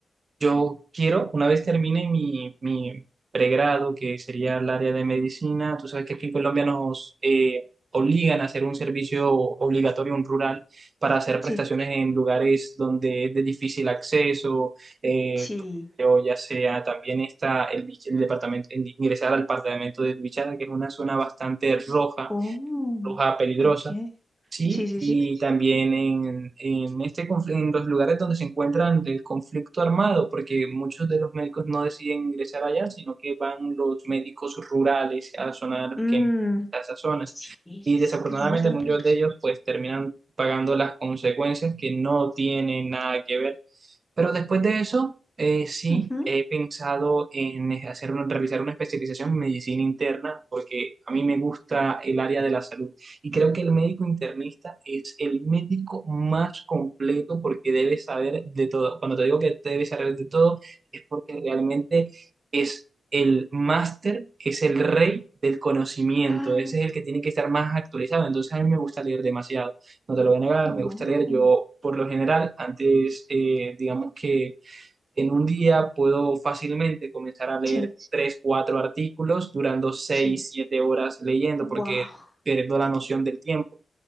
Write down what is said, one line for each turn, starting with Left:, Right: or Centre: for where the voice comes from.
Right: Yo quiero, una vez termine mi, mi pregrado, que sería el área de medicina, tú sabes que aquí en Colombia nos eh, obligan a hacer un servicio obligatorio, un rural, para hacer
Centre: Sí,
Right: prestaciones en lugares donde es de difícil acceso, eh,
Centre: sí.
Right: o ya sea también está el, bich- el departamento, ingresar al departamento de Bichada, que es una zona bastante roja,
Centre: Oh,
Right: roja peligrosa.
Centre: ok.
Right: Sí,
Centre: Sí, sí,
Right: y
Centre: sí.
Right: también en, en este conf- en los lugares donde se encuentran el conflicto armado, porque muchos de los médicos no deciden ingresar allá, sino que van los médicos rurales a zonar
Centre: Mm,
Right: que envían a esas zonas.
Centre: sí,
Right: Y
Centre: es
Right: desafortunadamente
Centre: que es una zona
Right: muchos
Centre: peligrosa.
Right: de ellos pues terminan pagando las consecuencias que no tienen nada que ver. Pero después de eso, eh, sí,
Centre: Ujú.
Right: he pensado en hacer, una- realizar una especialización en medicina interna, porque a mí me gusta el área de la salud y creo que el médico internista es el médico más completo porque debe saber de todo. Cuando te digo que debe saber de todo, es porque realmente es el máster, es el rey del conocimiento.
Centre: Ah,
Right: Ese es el que tiene que estar más actualizado. Entonces a mí me gusta leer demasiado. No te lo voy a negar,
Centre: no.
Right: me gusta leer. Yo, por lo general, antes, eh, digamos que en un día puedo fácilmente comenzar a leer
Centre: Sí,
Right: tres, cuatro artículos durando seis,
Centre: sí.
Right: siete horas leyendo
Centre: Wow.
Right: porque pierdo la noción del tiempo.